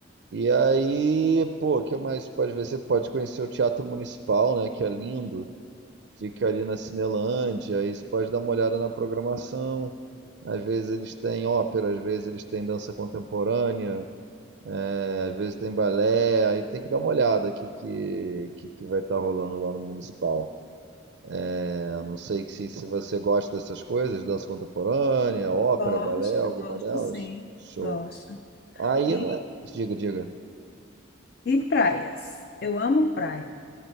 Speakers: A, on the right (about 65°); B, on the left (about 50°).
A: E aí, pô, o que mais pode ver? Você pode conhecer o Teatro Municipal, né? Que é lindo. Fica ali na Cinelândia. Aí você pode dar uma olhada na programação. Às vezes eles têm ópera, às vezes eles têm dança contemporânea, é, às vezes tem balé. Aí tem que dar uma olhada o que, que, que, que vai estar rolando lá no Municipal. É, não sei se, se você gosta dessas coisas, dança contemporânea, ópera,
B: Gosto,
A: balé, alguma
B: gosto
A: delas.
B: sim,
A: Show.
B: gosto.
A: Aí,
B: E,
A: né? Diga, diga.
B: e praias. Eu amo praia.